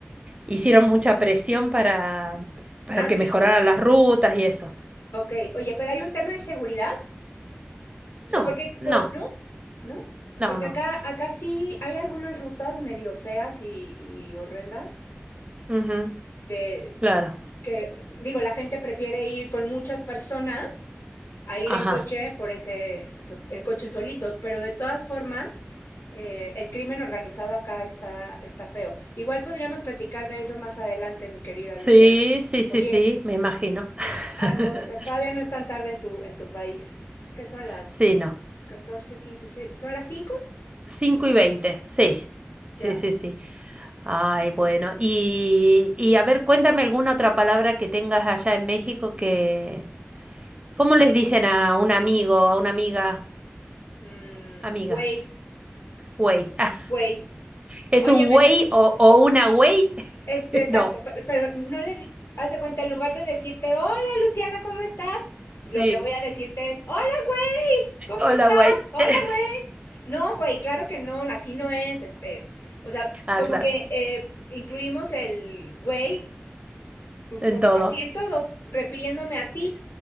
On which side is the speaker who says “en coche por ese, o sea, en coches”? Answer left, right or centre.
Left